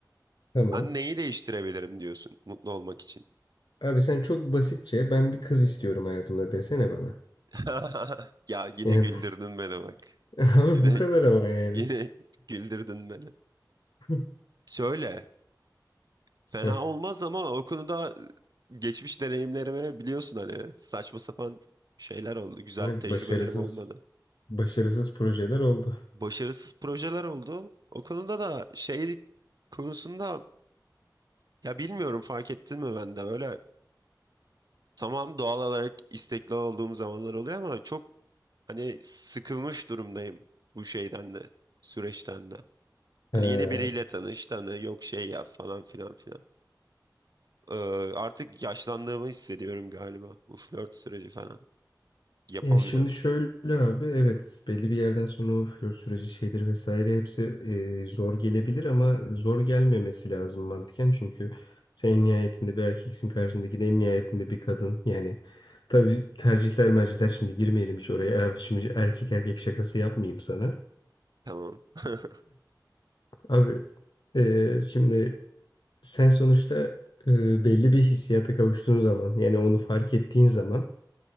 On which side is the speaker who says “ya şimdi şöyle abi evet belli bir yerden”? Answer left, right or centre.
Left